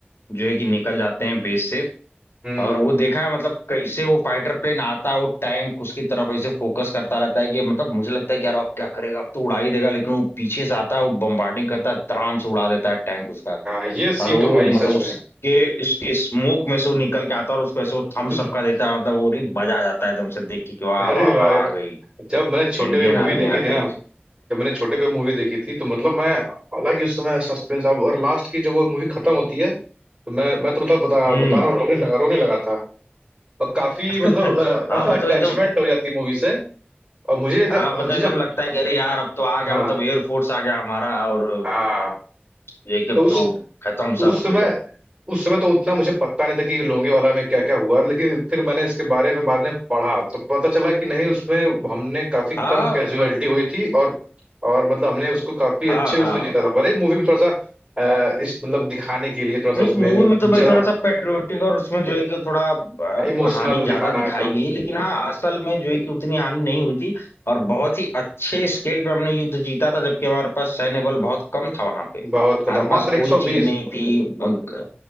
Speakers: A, on the left; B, on the right.
A: जो है कि निकल जाते हैं बेस से
B: हम्म
A: और वो देखा है मतलब कैसे वो फाइटर प्लेन आता है वो टैंक उसकी तरफ ऐसे फोकस करता रहता है कि मतलब मुझे लगता है कि यार अब क्या करेगा अब तो उड़ा ही देगा लेकिन वो पीछे से आता है वो बम्बार्डिंग करता है तराम से उड़ा देता है टैंक उसका
B: हाँ ये सीन
A: और वो
B: तो भाई
A: मतलब
B: सच
A: उसके
B: में
A: उसके स्मोक में से वो निकल के आता है और उसको ऐसे वो
B: <laughs>
A: थम्स अप का देता है मतलब वो नहीं बजा जाता है एकदम से देख के कि वाह
B: अरे
A: वाह
B: भाई
A: वाह आ गई
B: जब मैंने छोटे
A: इंडियन
B: पे मूवी
A: आर्मी
B: देखी
A: आ
B: थी ना
A: गई
B: जब मैंने छोटे पे मूवी देखी थी तो मतलब मैं हालांकि उस समय सस्पेंस अब और लास्ट की जब वो मूवी खत्म होती है तो मैं मैं तो मतलब बता
A: हम्म
B: बता रहा हूँ रोने लगा रोने लगा था और काफी
A: <laughs>
B: मतलब
A: हाँ मतलब
B: अटैचमेंट
A: एकदम
B: <laughs> हो जाती है मूवी से और मुझे जब
A: हाँ
B: मुझे
A: मतलब एकदम
B: जब
A: लगता है कि अरे यार अब तो आ गया
B: हाँ
A: मतलब एयरफोर्स आ गया हमारा और
B: हाँ
A: ये कि अब
B: तो उस
A: तो खत्म सब
B: उस समय उस समय तो उतना मुझे पता नहीं था कि लोंगे वाला में क्या क्या हुआ लेकिन फिर मैंने इसके बारे में बाद में पढ़ा तो पता चला कि नहीं उसमें हमने काफी
A: हाँ
B: कम कैजुअलिटी हुई थी और और मतलब हमने उसको काफी अच्छे
A: हाँ
B: उसने
A: हाँ
B: जीता था भले मूवी में थोड़ा सा अ, इस मतलब दिखाने के लिए थोड़ा सा
A: नहीं
B: उसमें
A: मूवी में तो
B: जरा
A: भाई थोड़ा सा पेट्रियोटिक और उसमें जो है कि थोड़ा अ,
B: इमोशनल
A: हानि ज्यादा
B: दिखाना
A: दिखाई
B: है तो
A: गई लेकिन हाँ असल में जो है कि उतनी हानि नहीं हुई थी और बहुत ही अच्छे स्केल पे हमने युद्ध जीता था जबकि हमारे पास सैन्य बल बहुत कम था वहां पे
B: बहुत कदम
A: हमारे पास
B: मात्र
A: कोई
B: एक सौ
A: चीज
B: बीस
A: नहीं थी अ,